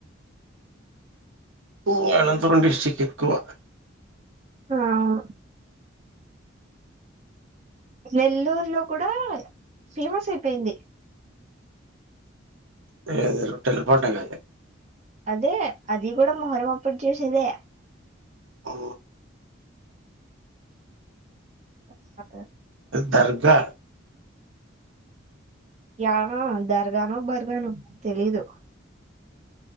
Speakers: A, on the right; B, on the right.
A: <unintelligible> అనంతపురం డిస్టిక్ట్ ఎక్కువ
B: ఆ అవును రెల్లూరు లో కూడా ఫేమస్ అయిపోయింది
A: <inaudible> టైలర్ పంట గాది
B: అదే అది కూడా మొహరం అప్పుడు చేసేదే
A: ఆ
B: <unintelligible>
A: దర్గా
B: యనో దర్గా నో బర్గానో తెలీదు